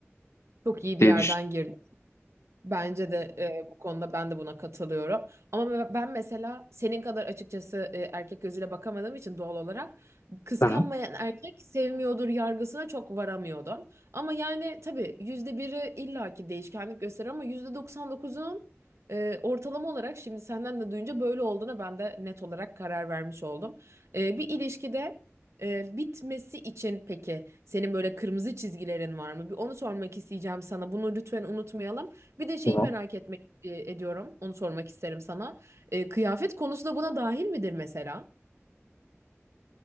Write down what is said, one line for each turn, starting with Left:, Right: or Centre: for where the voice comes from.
Right: Çok iyi
Left: diye
Right: bir yerden
Left: düşünüyorum.
Right: girdi. Bence de e, bu konuda ben de buna katılıyorum. Ama me- ben mesela senin kadar açıkçası e, erkek gözüyle bakamadığım için doğal olarak kıskanmayan
Left: Tamam.
Right: erkek sevmiyordur yargısına çok varamıyordum. Ama yani tabii yüzde biri illaki değişkenlik gösterir ama yüzde 99'un e, ortalama olarak şimdi senden de duyunca böyle olduğuna ben de net olarak karar vermiş oldum. E, bir ilişkide e, bitmesi için peki senin böyle kırmızı çizgilerin var mı? Bir onu sormak isteyeceğim sana. Bunu lütfen unutmayalım. Bir de şeyi
Left: Tamam.
Right: merak etmek e, ediyorum. Onu sormak isterim sana. E, kıyafet konusu da buna dahil midir mesela?